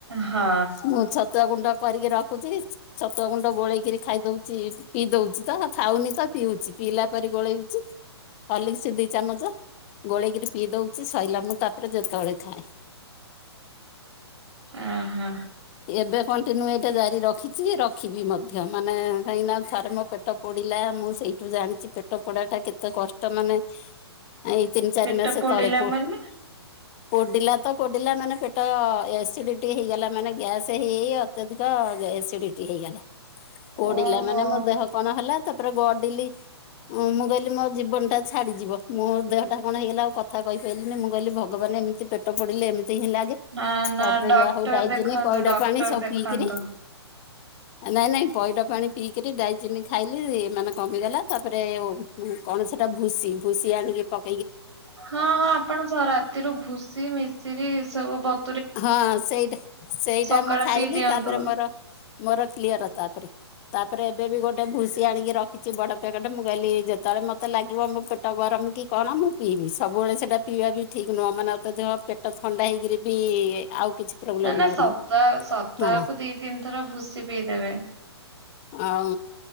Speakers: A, on the right; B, on the left.
A: ହଁ
B: ମୁଁ ଛତୁଆ ଗୁଣ୍ଡ କରିକି ରଖୁଛି। ଛତୁଆ ଗୁଣ୍ଡ ବୋଳେଇକି ପ ଖାଇ ଦଉଛି ପିଇ ଦଉଛି ତ ଖାଉନି ତ ପିଉଛି ପିଇଲା ପରେ ଗୋଳେଇଉଛି। ଅଲିକସି ଦି ଚାମଚ ଗୋଳେଇକିରି ପିଇ ଦଉଛି ସରଲା ମୁଁ ତାପରେ ଯେତେବେଳେ ଖାଏ।
A: ଅହୋ।
B: ଏବେ କଣ ଦିନୁ ଏଟା ଜାରି ରଖିଛି ରଖିବି ମଧ୍ୟ। ମ ମାନେ କାହିଁକିନା ଥରେ ମୋ ପେଟ ପୋଡ଼ିଲା ମୁଁ ସେଇ ୁମୁଁ ଜାଣିଛି ପେଟ ପୋଡା ଟା କେତେ <unintelligible> କଷ୍ଟ ମାନେ ଏଇ ତିନି ଚାରି
A: ପେଟ
B: ମାସ
A: ପୋଡିଲା
B: ତଳେ ପୁହ
A: ମାନେ?
B: ପୋଡିଲା ତ ପୋଡିଲା ମାନେ ପେଟ ଏସିଡିଟି ହେଇଗଲା ମାନେ ଗ୍ୟାସ ହେଇ ହେଇ ଅତ୍ୟଧିକ ଏସ୍ ଡିଟି ହେଇଗଲା ପୋଡିଲା
A: ଓହୋ।
B: ମାନେ ମୋ ଦେହ କଣ ହେଲା ତାପରେ ଗଡିଲି। ଁ ମୁଁ କହିଲି ମୋ ଜୀବନ ଟା ଛାଡିଯିବ। ମୋ ଦେହଟା କଣ ହେଇଗଲା ଆଉ କଥା କହିପାରିଲିନି ମୁଁ କହିଲି ଭଗବାନ ଏମିତି ପେଟ ପୋଡିଲେ ଏମିତି ହେଲାଯେ
A: ନା ନା
B: ତାପରେ
A: ଡକ୍ଟର
B: ଯାହା ହଉ ଡାଇଜନିକ
A: ଦେଖାନ୍ତୁ
B: ପଇଡା
A: ଡକ୍ଟର
B: ପାଣି ସବୁ
A: ଦେଖାନ୍ତୁ
B: ପିଇକରି ନାଇଁ ନାଇଁ ପଇଡା ପାଣି ପିଇକରି ଡାଇଜିନି ଖାଇଲି ମାନେ କମିଗଲା। ତାପରେ କଣ ସେଟା ଭୁସି ଭୁସି ଆଣିକି ପ
A: ହଁ ହଁ ଆପଣ ରାତିରୁ ଭୁଷ ମିଶିରିି ସବୁ ବ
B: ହଁ ସେଇଟା ସେଇଟା
A: ସକାଳେ
B: ମୁଁ ଖାଇଲି
A: ପିଇ ଦିଅନ୍ତୁ
B: ତାପରେ ମୋର ମୋର କ୍ଲିୟର ତା ପରେ। ତାପରେ ଏବେ ବି ଗୋଟେ ଭୁସି ଆଣିକି ରଖିଛି ବଡ ପ୍ୟାକେଟ ମୁଁ କହିଲି ଯେତେବେଳେ ମତେ ଲାଗିବ ମୋ ପେଟ ଗରମ କି? କଣ ମୁଁ ପିଇବି। ସବୁବେଳେ ସେଟା ପିଇବା ବି ଠିକ୍ ନୁହଁାନେ ଅତ ଦେହ ପେଟ ଥଣ୍ଡା ହେଇକିରି ବି ଆଉ। କିଛି ପ୍ରୋବ୍ଲେମ
A: ନା ନା
B: ବାହାରିବ
A: ସପ୍ତା ସପ୍ତାହକୁ
B: ହଁ
A: ଦି, ତିନି ଥର ଭୁସି ପିଇଦେବେ।
B: ଆଉ।